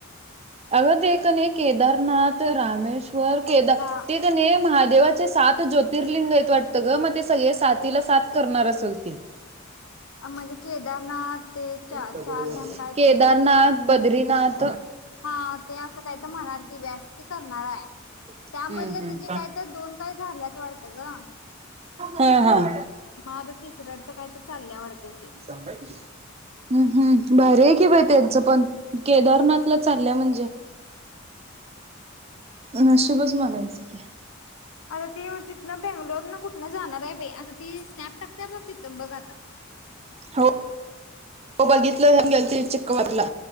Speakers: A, on the right; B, on the left.
A: अग ते तीथ केदारनाथ रामेश् वर केदार
B: हा
A: ते कणी महादेव सात ज्योतिर्लिंग आहेत वाटतं ग मग ते सगळे साथीला सात करणार असल ती
B: म्हणजे केदारनाथ
A: <unintelligible>
B: ते चार चारधाम काय
A: केदारनाथ,
B: तुमचे आहेत की
A: बद्रीनाथ,
B: हा ते असं काही तर म्हणालती बाई ती अस करणार आहे
A: हम्म
B: त्यामधलं
A: हम्म.
B: तिजी काहीत दोन काय झाल्यात वाटत ग
A: हा हा.
B: मग ती तिसऱ्याच काय चालल्या वाटतं हे.
A: हम्म हम्म भारी कि मग त्यांचं पण केदारनाथला चालल्या म्हणजे. ह नशिबच म्हणायचं की
B: आता ती उती तिथन बेंगलूरन कुठंण जाणार आहे बाई ती स्नॅप टाकत्या बघ तीथ बघ आता
A: हो हो बघितलं पण गेलत चिक्कवटला